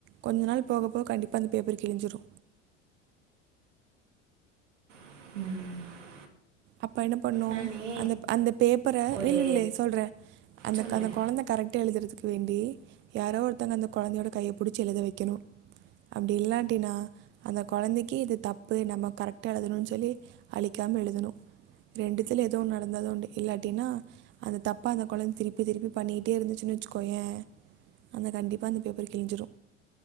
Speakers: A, on the right; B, on the right.
A: கொஞ்ச நாள் போக போக கண்டிப்பா அந்த பேப்பர் கிழிஞ்சிரு
B: ம்
A: அப்ப என்ன பண்ணு
B: நானே
A: அந்த அந்த பேப்பர
B: ஒரு
A: நில்லு நில்லு சொல்ற அந்த
B: சொல்லு
A: அந்த கொழந்த கரெ க்ட்டா எழுதறதுக்கு வேண்டி யாரோ ஒருத்தங்க அந்த கொழந்தயோட கைய புடிச்சு எழுத வெக்கணு அப்டி இல்லாட்டினா அந்த குழந்தக்கி இது தப்பு நம்ம கரெக்டா எழுதணுனு சொல்லி அளிக்காம எழுதனு ரெண்டுத்துல எதோ ஒன்னு நடந்தாதா உண்டு இல்லாட்டினா அந்த தப்பா அந்த கொழந்த திருப்பி திருப்பி பண்ணிட்டே இருந்துச்சுனு வெச்சுக்கோயேன் அந்த கண்டிப்பா அந்த பேப்பரு கிளிஞ்சிரு